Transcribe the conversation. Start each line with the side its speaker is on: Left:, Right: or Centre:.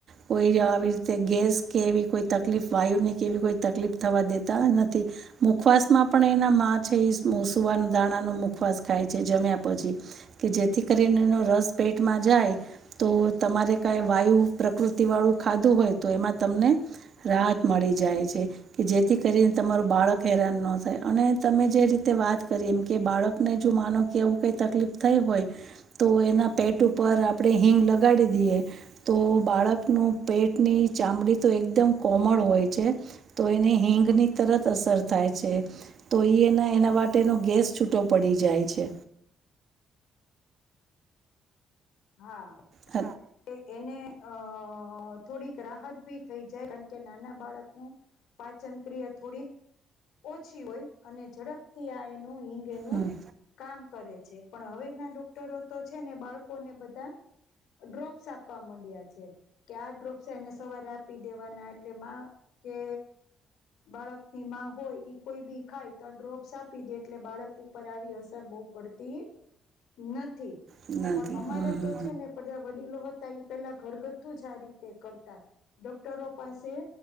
Right: કોઈ આવી રીતે ગેસ કે એવી કોઈ તકલીફ વાયુની કે એવી કોઈ તકલીફ થવા દેતા નથી. મુખવાસમાં પણ એના મા છે ઈ સ્મુ સુવાન દાણાનો મુખવાસ ખાય છે જમ્યા પછી. કે જેથી કરીન એનો રસ પે પેટમાં જાય. તો તમારે કાઈ વાયુ પ્રકૃતિ વાળું ખાધું હોય તો એમાં તમને રાહત મળી જાય છે. કે જેથી કરીન તમારું બાળક હેરાન ન થાય અને તમે જે રીતે વાત કરી એમ કે બાળકને જો માનો કે આવું કઈ તકલીફ થઈ હોય, તો એન ના પેટ ઉપર આપડે હિંગ લગાડી દીએ, તો બાળકનું પેટની ચામડી તો એકદમ કોમળ હોય છે, તો એને હિંગની તરત અસર થાય છે. તો ઈ એના એના માટેનો ગેસ છૂટો પડી જાય છે.
Left: હા, છે.
Right: હ
Left: એ એને અ થોડીક રાહત ભી થઈ જાય કારણ કે નાના બાળકનું પાચન ક્રિયા થોડીક ઓછી હોય અને ઝડપથી આ એનું ગે હિંગ એનું
Right: હમ. હમ.
Left: કામ કરે છે પણ હવે ના ડોક્ટરો તો છે ને બાળ કો ને બધા ડ્રોપ્સ આપવા માંડ્યા છે કે આ ડ્રોપ સેને સવારે આપી દેવાના એટલે માં કે બાળક ની માં હોય એ કોઈ બી ખાય તો ડ્રોપ્સ આપી દે એટલે બાળક ઉપર આવી અસર બહુ પડતી નથી.
Right: નથી
Left: અમારા
Right: હમ હમ
Left: તો
Right: હમ.
Left: છે ને બધા વડીલો હતા એ પેલા ઘરગથ્થુ જ આ રીતે કર ડોક્ટરો પાસે